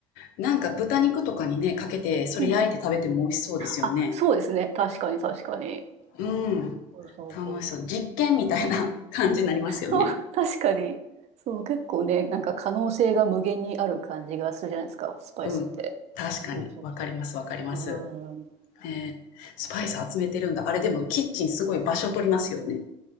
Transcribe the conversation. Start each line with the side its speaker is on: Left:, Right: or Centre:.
Left: なんか豚肉とかにね、かけて、それ焼いて食べても美味しそうですよね。
Right: うん。あ、そうですね。確かに確かに。
Left: うん。
Right: そうそうそう。
Left: 楽しそう。実験みたいな <laughs> 感じになりますよね。
Right: そう、確かに。そう、結構ね、なんか可能性が無限にある感じがするじゃないですか、スパイスって。
Left: うん。確かに。
Right: そうそうそ
Left: わかりますわかります。
Right: う。うん。
Left: ねえ。スパイス集めてるんだ。あれでもキッチンすごい場所取りますよね。